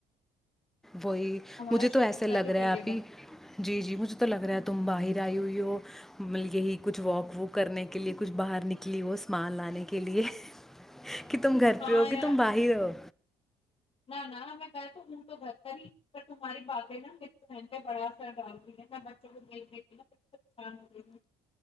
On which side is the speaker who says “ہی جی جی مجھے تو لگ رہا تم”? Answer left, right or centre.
Centre